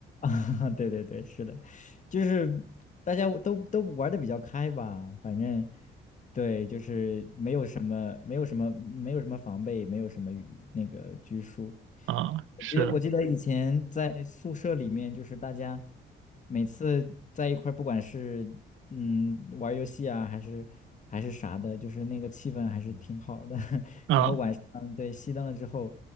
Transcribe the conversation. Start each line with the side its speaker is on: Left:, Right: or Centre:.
Left: <laughs> 对对对，是的，就是大家都都玩的比较开吧，反正对，就是没有什么没有什么没有什么防备，没有什么与那个拘束。
Right: 啊，是的。
Left: 我记得我记得以前在宿舍里面，就是大家每次在一块儿不管是嗯玩游戏啊，还是还是啥的，就是那个气氛还是挺好的。<laughs>
Right: 嗯
Left: 然后晚上对熄灯了之后，